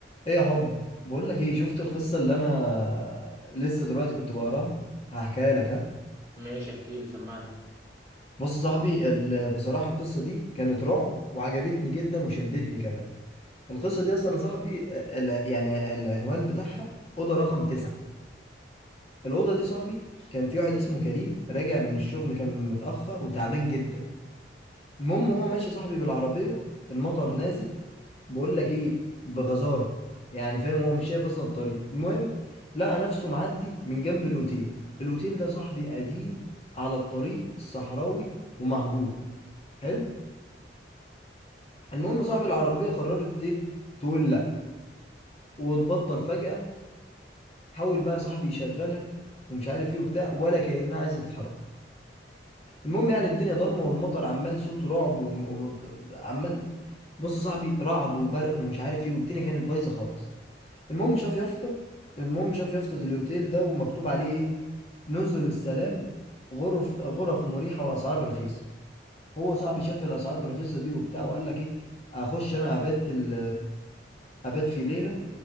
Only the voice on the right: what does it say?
ماشي احكي لي سمعني